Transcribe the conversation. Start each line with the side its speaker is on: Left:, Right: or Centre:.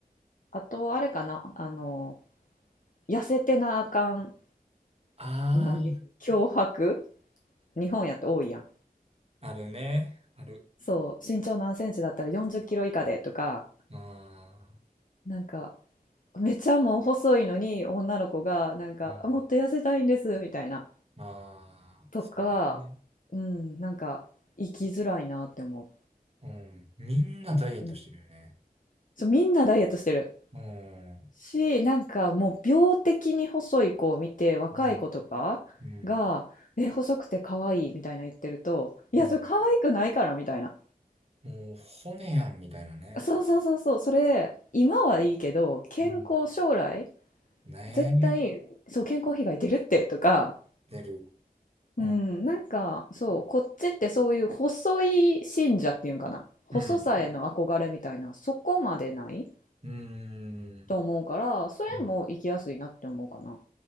Left: あとあれかな、あの、痩せてなあかん、
Right: あ
Left: 何脅迫日本やと多いやん。
Right: あー、あるね。ある。
Left: そう、身長何センチだったら40キロ以下でとか、
Right: まあ、
Left: なんかめっちゃもう細いのに女の子がなんかあもっと痩せたいんですみたいな
Right: うん。まあ、
Left: とかうんなんか生きづらいなって思
Right: そうね。うん。みんなダイエットしてるよね。
Left: う、うんうん、そうみんなダイエットしてる
Right: うん。
Left: しなんかもう病的に細い子を見て若い子とかが「え細くて可愛いみたいな言ってると「いやそれ可愛くないから」みたいな
Right: うん。うん。うん。もう、骨やんみたたいなね。
Left: そうそうそうそうそれ今はいいけど健康将来
Right: うん。ねえ。
Left: 絶対そう健康被害出るってとか
Right: 出る。
Left: うん、
Right: うん。
Left: なんかそう、こっちってそういう細い信者っていうんかな、細さへの憧れみたいな、
Right: うん。
Left: そこまでない
Right: うん。
Left: と思うから、それも生きやすいなって思うかな。
Right: うん。